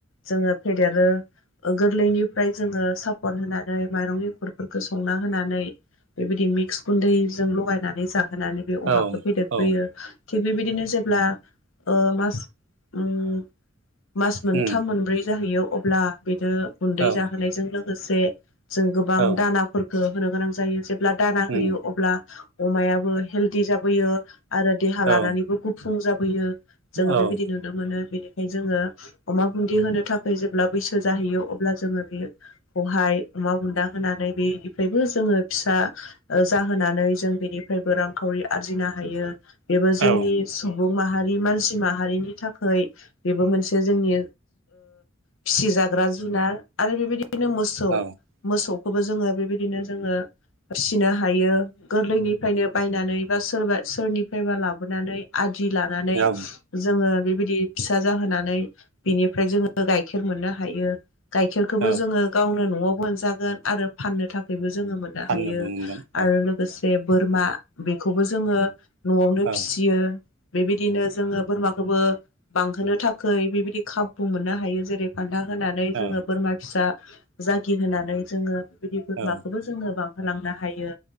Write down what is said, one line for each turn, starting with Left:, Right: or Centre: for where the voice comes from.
Left: जोङो फेदेरो गोरलैनिफ्राय जोङो सापट होनानै माइरं एखरफोरखौ संना होनानै बेबायदि मिक्स गुन्दैजों लगायनानै जा होनानै बे अमाखौ
Right: औ
Left: फेदेरबोयो।
Right: औ
Left: थिग बेबायदिनो जेब्ला ओ मास ओम मास मोनथाम
Right: उम
Left: मोनब्रै जाहैयो अब्ला बे नो गुन्दै
Right: औ
Left: जाहोनायजों लो गोसे जों गोबां
Right: औ
Left: दानाफोर खो होनो गोनां जायो जे ब्ला दाना
Right: उम
Left: होयो अब्ला अमायाबो हेलदि जाबोयो आरो देहा लानानैबो
Right: औ
Left: गुफुं जाब बोयो जोङो
Right: औ
Left: बेबायदि नुनो मोनो बेनिखायनो जोङो अमा बुन्दि होनो थाखाय जेब्ला बैसो जाहैयो अब्ला जोङो बेखौहाय अमा बुन्दा होनानै बेनिफ्रायबो जोङो फिसा जाहोनानै जों बेनिफ्रायबो रांखावरि आरजिनो हायो बेबो जोंनि
Right: औ
Left: सम सुबुं मानसि माहारिनि थाखाय बेबो मोनसे जोंनि फिसि जाग्रा जुनार आरो बेबायदि बिनो मोसौ
Right: औ
Left: मोसौ बे खौबो जोङो बेबायदिनो जोङो फिनो हायो गोरलैनिफ्रायनो बायनानै बा सोरबा सोरनिफ्रायबा लाबोनानै आदि लानानै
Right: औ
Left: जोङो बिदि फिसा जाहोनानै बिनिफ्राय जोङो गाइखेर मोननो हायो गाइखेरखौबो
Right: औ
Left: जोङो गावनो न न'आव मोनजागोन आरो फाननो थाखायबो जोङो मोनोन
Right: फाननोबो
Left: हायो
Right: मोनगोन
Left: आरो
Right: औ
Left: लोगोसे जे बोरमा बेखौबो जोङो न'आवनो
Right: औ औ
Left: फिसियो बेबायदिनो जोङो बोरमाखौबो बांहोनो थाखाय बेबायदि खाबुखौ मोननो हायो जेरै फान्था होनानै
Right: औ
Left: जोङो बोरमा फिसा जाखि होनानै जोङो बिदि बोरमाखौ
Right: औ
Left: जोङो बां होलांनो हायो